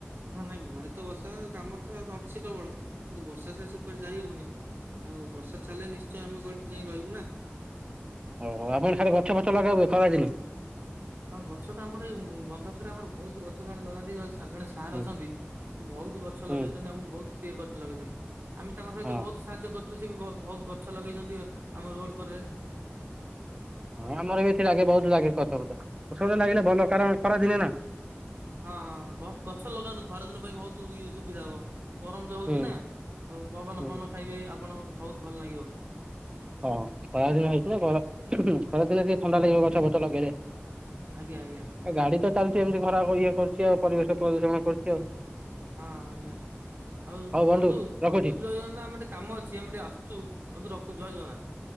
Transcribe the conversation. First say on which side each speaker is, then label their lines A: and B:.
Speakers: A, on the right (about 55°); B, on the right (about 20°).
A: ହଁ ନାଇଁ ଘରେ ତ ବସା ହଉନି କାମ ତ ଅଛି ପ୍ରବଳ କିନ୍ତୁ ବର୍ଷା ସକାସେ କୁଆଡେ ଯାଇ ହଉନି। ଆଉ ବର୍ଷା ଛାଡିଲେ ନିଶ୍ଚୟ ଆମେ କୋଉଠି ଯାଇ ରହିବୁ ନା।
B: ଓହୋ ଆପଣ ସାର ଗଛ ଫଛ ଲଗା ହୁଏ ଖରାଦିନେ?
A: ହଁ ଗଛ ତ ଆମର ଏ ବନ୍ଧକରେ ଆମର ବହୁତ ଗଛ ଜଣେ ଲଗାନ୍ତି ହାଁ ଜଣେ ସାର୍
B: ହୁଁ
A: ଅଛନ୍ତି ସେ ବହୁତ ଗଛ
B: ହୁଁ
A: ଲଗେଇଛନ୍ତି ଆମ ବହୁତ ସିଏ କରିଛ ଲଗେଇଛନ୍ତି। ଆମେ ତାଙ୍କ ସହିତ
B: ହଁ
A: ବହୁତ ସାହାଯ୍ୟ କରୁଛୁ ସେବି ବହୁ ବହୁତ ଗଛ ଲଗେଇଛନ୍ତି ଆମ ରୋଡ କଡରେ
B: ହଁ ଆମର ବି ଏଠି ଲାଗେ ବହୁତ ଲାଗେ କଥାବ ସେଗୁଡାକ ଲାଗିଲେ ଭଲ କାରଣ ଖରାଦିନେ ନା
A: ହଁ ହଁ ବହୁତ୍ ଗଛ ଲଗାନ୍ତୁ ଖରାଦିନ ପାଇଁ ବହୁତ ଇଏ ସୁବିଧା ହବ। ଗରମ ଯୋଉ ହଉଛି
B: ହୁଁ
A: ନା ଆଉ ପବନ
B: ହୁଁ
A: ଫବନ ଖାଇବେ ଆପଣ ବହୁତ ଭଲ ଲାଗିବ।
B: ହଁ ଖରା ଦିନ ହେଇଛି ନା ଖରା ଖରା ଦିନେ ଟିକେ ଥଣ୍ଡା ଲାଗିବ ଗଛ ଫଛ ଲଗେଇଲେ।
A: ଆଜ୍ଞା ଆଜ୍ଞା
B: ଆ ଗାଡି ତ ଚାଲିଛି ଏମିତି ଖରାପ ଇଏ କରୁଛି ଆଉ ପରିବେଶ ପ୍ରଦୂଷଣ କରୁଛି
A: ହଁ
B: ଆଉ
A: ଆଜ୍ଞା ଆଉ
B: ହଉ
A: ବନ୍ଧୁ
B: ରଖୁଛି
A: ରଖୁଚି ଜୟ ଜଗନ୍ନାଥ ଆମେ ଟିକେ କାମ ଅଛି ଆମେ ଟିକେ ଆସୁଚୁ ବନ୍ଧୁ ରଖୁଚି ଜୟ ଜଗନ୍ନାଥ।